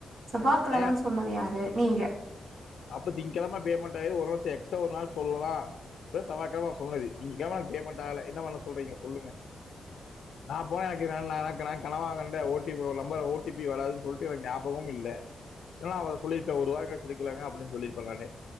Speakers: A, on the right (about 75°); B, on the left (about 70°).
A: செவ்வாக்கிழமன்னு
B: ஏன்
A: சொன்னது யாரு நீங்க
B: அப்ப திங்க்கிழம பேமெண்ட் ஆயிரு ஒரு வருஷம் எக்ஸ்ட்ரா ஒரு நாள் சொல்லலா பிளஸ் அவனுக்காக நா சொன்னது திங்ககழம பேமெண்ட் ஆகல என்ன பண்ண சொல்றீங்க சொல்லுங்க நா போன் வைக்கிற நா என்ன கனவாங்கண்ட ஓ டி ஒரு நம்பர் ஓ டி பி வராதுன்னு சொல்ட்டு ஒரு ஞாபகமூ இல்ல ஏனா அவன் சொல்லிருப்பே ஒரு வாரம் கழிச்சு எடுக்கலாங்க அப்டின்னு சொல்லிருப்பே நானே